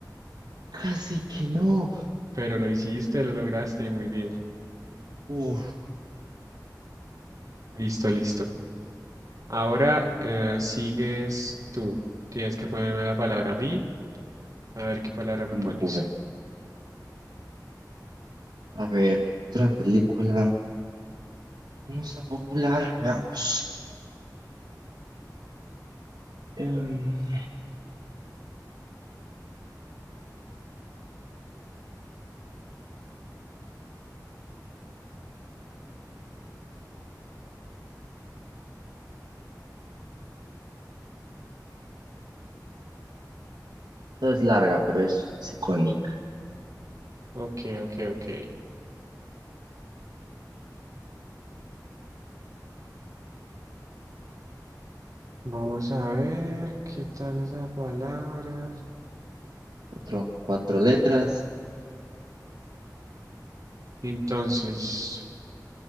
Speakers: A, on the right; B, on the right.
A: casi que no.
B: Pero lo hiciste, lo lograste, muy bien.
A: Uf,
B: Listo, listo. Ahora eh, sigues tú. Tienes que ponerme la palabra a mí. A ver qué palabra me
A: bueno,
B: pones.
A: a ver, otra película. Vamos a popular, veamos. Em, esta es larga, pero es, es icónica.
B: Ok, ok, ok. Vamos a ver qué tal esa palabra.
A: Cuatro, cuatro letras.
B: Entonces,